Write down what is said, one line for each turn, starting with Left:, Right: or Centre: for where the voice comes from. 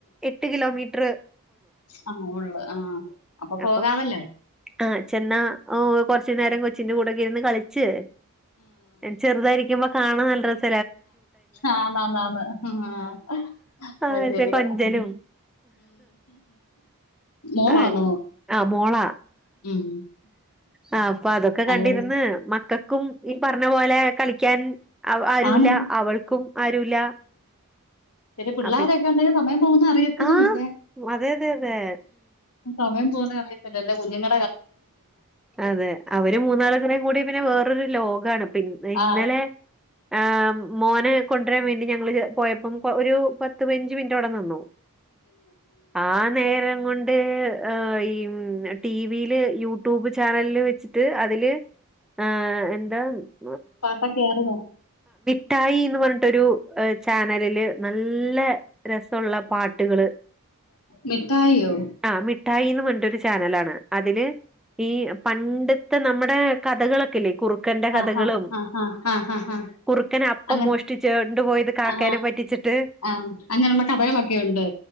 Centre: എട്ട് കിലോമീറ്ററ്
Left: ആ ഉള്ളൂ ആ അപ്പൊ പോകാമല്ലോ
Centre: അപ്പം ആ ചെന്നാ ഓ കൊറച്ചു നേരം കൊച്ചിന്റെ കൂടെകെ ഇരുന്ന് കളിച്ച് ചെറുതായിരിക്കുമ്പോ കാണാ നല്ല രസ്
Left: ആആന്ന് ആന്ന് ആന്ന് ആ
Centre: ആ
Left: അത് ശരിയാ
Centre: കൊഞ്ചലും
Left: ഉ മോളാന്നോ
Centre: ആ ആ, മോളാ
Left: ഉം
Centre: ആ അപ്പൊ അതൊക്കെ കണ്ടിരുന്ന്
Left: അതുകൊണ്ട്
Centre: മക്ക ക്കും ഈ പറഞ്ഞ പോലെ കളിക്കാൻ ആരുല്ല
Left: ആന്നു
Centre: അവൾക്കും ആരുല്ല
Left: ശരി പിള്ളാരൊക്കെ
Centre: അപ്പ
Left: ഉണ്ടെങ്കിൽ സമയം പോകുന്ന അറിയത്തതുമില്ല
Centre: ആഹ് അതെ അതെ അതെ
Left: സമയം പോകുന്ന അറിയത്തില്ലല്ലോ കുഞ്ഞുങ്ങ
Centre: അതെ അവര് മൂന്നാളും കൂടെ കൂടിയ പിന്നെ വേറൊരു ലോകാണ് പിന്നെ ഇന്നലെ
Left: ആ
Centre: ആ മോനെ കൊണ്ടുവരാൻ വേണ്ടി ഞങ്ങള് പോയപ്പം ഒരു പത്ത് പതിനഞ്ചു മിനിറ്റവിടെ നിന്നു ആ നേരം ണ്ടേ ആ ഉം ടിവിയില് യൂട്യൂബ് ചാനലില് വെച്ചിട്ട് അതില് ആ എന്താ
Left: <unintelligible>
Centre: ടി ട്ടായി എന്ന് പറഞ്ഞിട്ടൊരു ചാനലില് നല്ല രസമുള്ള പാട്ടുകള്
Left: മിഠായിയോ
Centre: ആ മിഠായിന്ന് പ ഒരു ചാനല് ആണ് അതില് ഈ പണ്ടത്തെ നമ്മുടെ കഥകളൊക്കെയില്ലേ കുറുക്കന്റെ കഥകളും
Left: ആഹാ ആഹാ ആഹാ ഹാ ആ ഹാ ഹാ
Centre: കുറുക്കന് അപ്പം
Left: അങ്ങനെ
Centre: മോഷ്ടിച്ച് കൊണ്ട് പോയത് കാക്കനെ
Left: ആ
Centre: പറ്റിച്ചിട്ട്
Left: ആ അങ്ങനെയുള്ള കഥകളൊക്കെ ഉണ്ട്